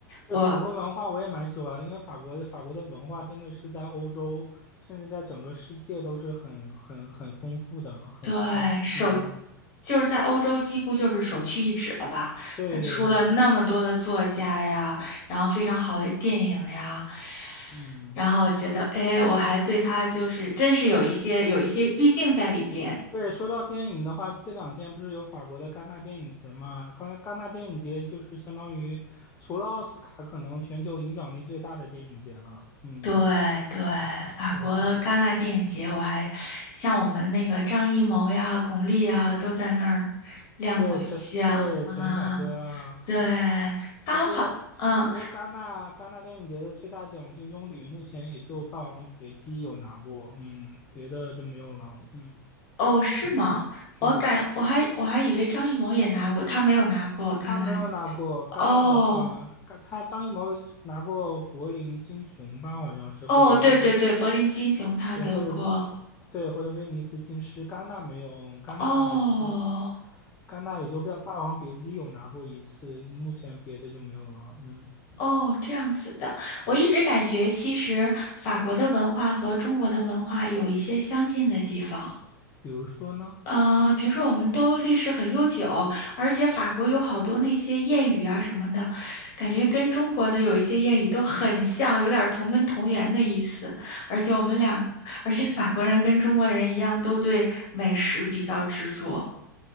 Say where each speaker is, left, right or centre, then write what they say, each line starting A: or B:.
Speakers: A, on the left; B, on the left.
A: 对法国文化我也蛮喜欢，
B: 我
A: 因为法国的法国的文化真的是在欧洲，甚至在整个世界都是很很很丰富的，很古老。
B: 对手。
A: 嗯，
B: 就是在欧洲几乎就是首屈一指了吧？
A: 对对对，
B: 他出了那么多的作家呀，然后非常好的电影呀，
A: 嗯，
B: 然后我觉得，哎，我还对他就是真是有一些有一些滤镜在里边。
A: 对。说到电影的话，这两天不是有法国的戛纳电影节嘛？戛戛纳电影节就是相当于除了奥斯卡，可能全球影响力最大的电影节了。嗯，
B: 对对，法国戛纳电影节，
A: 对。
B: 我还像我们那个张艺谋呀、巩俐呀都在那儿亮过相啊。
A: 对陈对陈凯歌啊，
B: 对，他好，
A: 不过不过戛纳戛纳电影节的最大奖金棕榈目前也就《霸王别姬》有拿过，
B: 嗯。
A: 嗯，别的就没有了，嗯，
B: 哦，是吗？
A: 是的，
B: 我感我还我还以为张艺谋也拿过，他没有拿过刚才
A: 他没有拿过戛纳的话，
B: 哦
A: 戛他张艺谋拿过柏林金熊吧，好像是，
B: 哦，
A: 或者威
B: 对对对，柏林金熊他得过。
A: 是或者威对或者威尼斯金狮，戛纳没有，嗯，戛纳还是
B: 哦
A: 戛纳也就《霸霸王别姬》有拿过一次，目前别的就没有了，嗯。
B: 哦，这样子的。我一直感觉其实法国的文化和中国的文化有一些相近的地方。
A: 比如说呢？
B: 嗯，比如说我们都历史很悠久，而且法国有好多那些谚语啊什么的，感觉跟中国的有一些谚语都很像，有点儿同根同源的意思。而且我们俩，<laughs> 而且法国人跟中国人一样，都对美食比较执着。